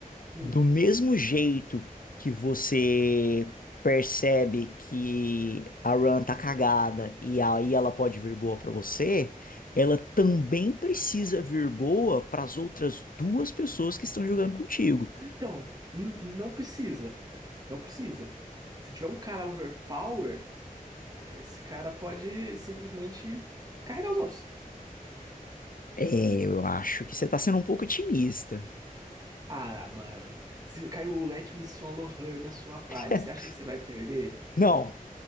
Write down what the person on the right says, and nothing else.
Hum.
Então, n- não precisa. Não precisa. Se tiver um cara overpower, esse cara pode simplesmente carregar os outros.
Ah, mano. Se caiu o Let Me Solo Her na sua party,
você acha que você vai perder?